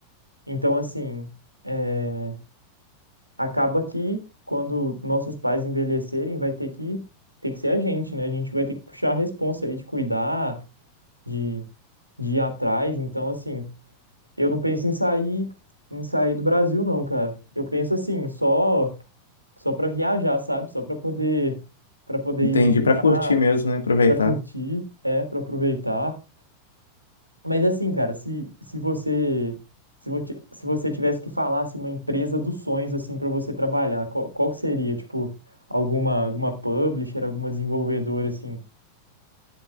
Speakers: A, on the right; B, on the left.
A: então assim, é, acaba que quando nossos pais envelhecerem, vai ter que, ter que ser a gente, né? A gente vai ter que puxar a responsa aí de cuidar, de, de ir atrás. Então, assim, eu não penso em sair, em sair do Brasil, não, cara. Eu penso assim, só só para viajar, sabe? Só para poder para poder
B: Entendi,
A: ir visitar,
B: pra curtir mesmo, né? Aproveitar.
A: para curtir, é, para aproveitar. Mas assim, cara, se se você se você, se você tivesse que falar assim, uma empresa dos sonhos assim para você trabalhar, qual, qual que seria, tipo, alguma alguma publisher, alguma desenvolvedora assim?